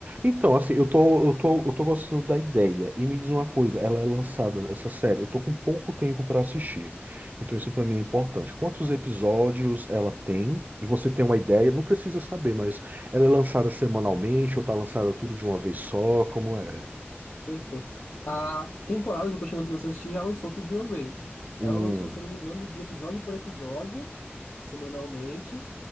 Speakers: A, on the right; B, on the left.
A: Então, assim, eu tô, eu tô, eu tô gostando da ideia. E me diz uma coisa, ela é lançada, essa série, eu tô com pouco tempo pra assistir. Então, isso pra mim é importante. Quantos episódios ela tem? E você tem uma ideia? Não precisa saber, mas ela é lançada semanalmente ou tá lançada tudo de uma vez só? Como é?
B: Perfeito. A temporada que eu tô chamando pra você assistir já lançou tudo de uma vez. Ela
A: Hum,
B: lançou, se eu não me engano, de episódio por episódio, semanalmente.